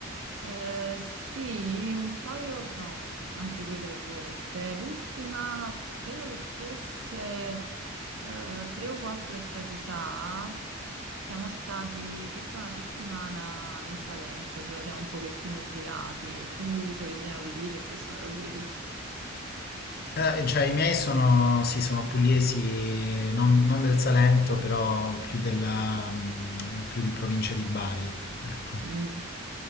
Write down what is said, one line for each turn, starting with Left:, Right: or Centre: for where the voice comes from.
Right: Eh, sì, un paio, no, anche due o tre volte. L'ultima credo che fosse eh, tre o quattro estati fa. Siamo stati circa una settimana in Salento, ce lo siamo un pochettino girati. Tu sei originario di lì, per questo me lo chiedi?
Left: Eh, cioè, i miei sono, sì, sono pugliesi, non, non del Salento, però più, della, mm, più di provincia di Bari, ecco.
Right: Mm.